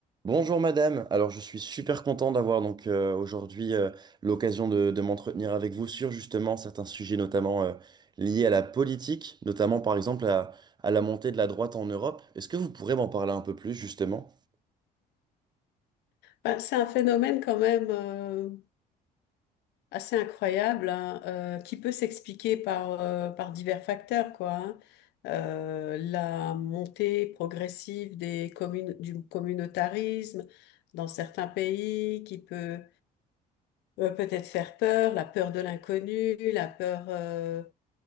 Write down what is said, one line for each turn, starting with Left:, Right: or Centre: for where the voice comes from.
Right: Bonjour madame, alors je suis super content d'avoir donc euh, aujourd'hui euh, l'occasion de, de m'entretenir avec vous sur justement certains sujets notamment euh, liés à la politique, notamment par exemple à, à la montée de la droite en Europe. Est-ce que vous pourrez m'en parler un peu plus justement?
Left: Ben, c'est un phénomène quand même euh, assez incroyable hein, euh, qui peut s'expliquer par, euh, par divers facteurs, quoi. hein. Euh, la montée progressive des communes, du communautarisme dans certains pays qui peut euh, peut-être faire peur, la peur de l'inconnu, la peur, euh,